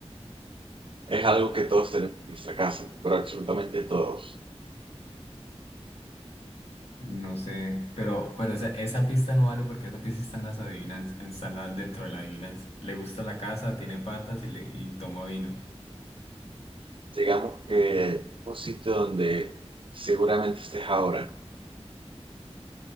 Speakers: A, on the right; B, on the left.
A: Es algo que todos tenemos en nuestra casa, ¿no? pero absolutamente todos.
B: No sé, pero, pero esa, esa pista no vale porque esa pista está en las adivinanzas, está en la- dentro de la adivinanza. Le gusta la casa, tiene patas y, le, y toma vino.
A: Digamos que un sitio donde seguramente estés ahora,